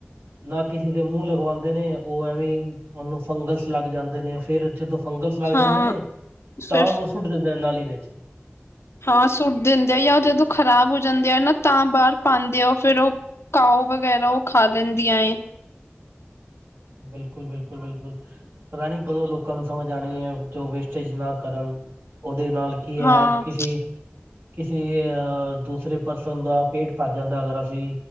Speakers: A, on the right (about 60°); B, on the left (about 80°).
A: ਨਾ ਕਿਸੇ ਦੇ ਮੂੰਹ ਲਗਵਾਉਂਦੇ ਨੇ, ਉਹ ਐਵੇਂ ਉਹਨੂੰ ਫੰਗਲਸ ਲੱਗ ਜਾਂਦੇ ਨੇ ਫੇਰ ਜਦੋਂ ਫੰਗਲਸ ਲੱਗ
B: ਹਾਂ
A: ਜਾਂਦੇ ਨੇ,
B: ਸਿਰਫ
A: ਤਾਂ ਉਹਨੂੰ ਸੁੱਟ ਦਿੰਦੇ ਨੇ ਨਾਲੀ ਵਿੱਚ।
B: ਹਾਂ ਸੁੱਟ ਦਿੰਦੇ ਆ ਜਾਂ, ਉਹ ਜਦੋਂ ਖ਼ਰਾਬ ਹੋ ਜਾਂਦੇ ਆ ਨਾ, ਤਾਂ ਬਾਹਰ ਪਾਉਂਦੇ ਆ ਉਹ ਫਿਰ ਉਹ ਕਾਉ ਵਗੈਰਾ ਉਹ ਖਾ ਲੈਂਦੀਆਂ ਏ।
A: ਬਿਲਕੁਲ-ਬਿਲਕੁਲ-ਬਿਲਕੁਲ, ਪਤਾ ਨੀ ਕਦੋਂ ਲੋਕਾਂ ਨੂੰ ਸਮਝ ਆਉਣੀ ਹੈ ਜੋ ਵਸ ਪਿਛਲਾ ਕਰਮ ਉਹਦੇ ਨਾਲ ਕੀ ਹੈ,
B: ਹਾਂ
A: ਕਿਸੀ ਕਿਸੇ ਅਹ ਦੂਸਰੇ ਪਰਸਨ ਦਾ ਪੇਟ ਭਰ ਜਾਦਾ, ਅਗਰ ਅਸੀ